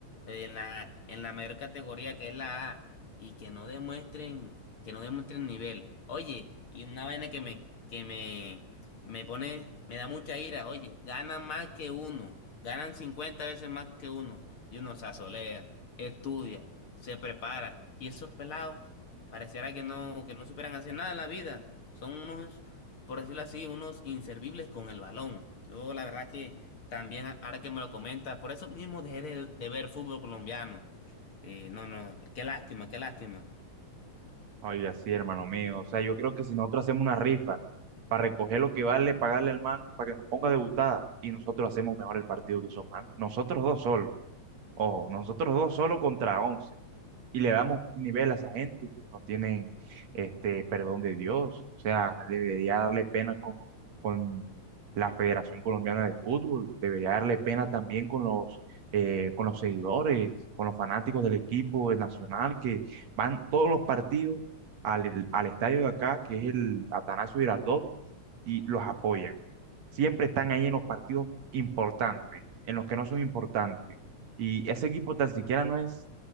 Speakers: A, on the left (about 50°); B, on the right (about 65°).
A: eh, en la, en la mayor categoría que es la A, y que no demuestren, que no demuestren nivel. Oye, y una vaina que me, que me me pone, me da mucha ira, oye, ganan más que uno, ganan 50 veces más que uno, y uno se asolea, estudia, se prepara, y esos pelados pareciera que no, que no superan hacer nada en la vida, son unos, por decirlo así, unos inservibles con el balón. Yo la verdad que también, a- ahora que me lo comenta, por eso mismo dejé de, de ver fútbol colombiano. Eh, no, no, qué lástima, qué lástima.
B: Oiga, sí, hermano mío. O sea, yo creo que si nosotros hacemos una rifa para recoger lo que vale, pagarle al man para que nos ponga debutada y nosotros hacemos mejor el partido que esos man. Nosotros dos solos. Ojo, nosotros dos solos contra once y le damos nivel a esa gente. No tienen este perdón de Dios. O sea, debería darle pena con, con la Federación Colombiana de Fútbol, debería darle pena también con los, eh, con los seguidores, con los fanáticos del equipo del nacional que van todos los partidos al, al estadio de acá, que es el Atanasio Girardot, y los apoyan. Siempre están ahí en los partidos importantes, en los que no son importantes. Y ese equipo tan siquiera no es